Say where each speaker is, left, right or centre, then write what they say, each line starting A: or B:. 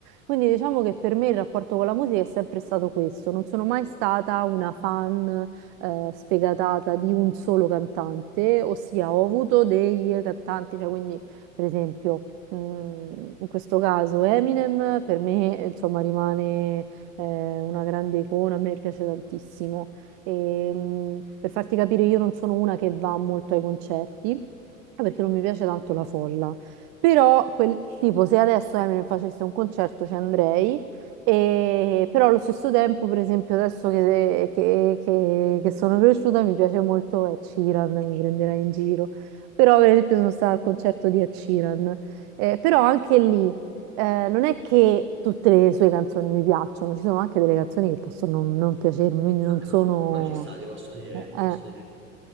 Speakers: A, on the right; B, on the right.
A: Quindi diciamo che per me il rapporto con la musica è sempre stato questo. Non sono mai stata una fan eh, sfegatata di un solo cantante, ossia ho avuto dei cantanti, cioè quindi per esempio mh, in questo caso Eminem per me eh, insomma rimane eh, una grande icona, a me piace tantissimo. E, mh, per farti capire io non sono una che va molto ai concerti perché non mi piace tanto la folla. Però, quel, tipo, se adesso Eminem facesse un concerto ci andrei, e, però allo stesso tempo, per esempio, adesso che, che- che- che sono cresciuta mi piace molto Ed Sheeran, mi prenderà in giro. Però, per esempio, sono stata al concerto di Ed Sheeran. Eh, però anche lì, eh, non è che tutte le sue canzoni mi piacciono, ci sono anche delle canzoni che possono non, non piacermi, quindi non
B: Vabbè,
A: sono...
B: Ma ma ci sta, ti posso dire,
A: eh,
B: ti posso
A: eh,
B: dire.